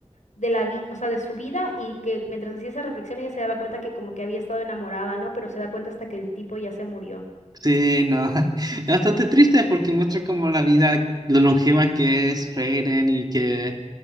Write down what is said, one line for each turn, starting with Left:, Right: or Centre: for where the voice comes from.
Left: de la vida, o sea, de su vida y que mientras hacía esa reflexión ella se daba cuenta que como que había estado enamorada, ¿no? Pero se da cuenta hasta que el tipo ya se murió.
Right: Sí, no, <laughs> es bastante triste porque muestra como la vida, lo longeva que es Freyren y que